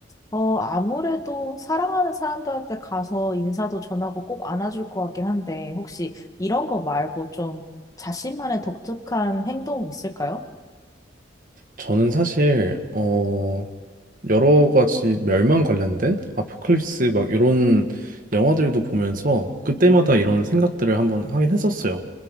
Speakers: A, on the left; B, on the right.
A: 어, 아무래도 사랑하는 사람들한테 가서 인사도 전하고 꼭 안아줄 것 같긴 한데, 혹시 이런 거 말고 좀 자신만의 독특한 행동 있을까요?
B: 저는 사실, 어, 여러 가지 멸망 관련된 아포칼립스 막 이런 영화들도 보면서 그때마다 이런 생각들을 한번 하긴 했었어요.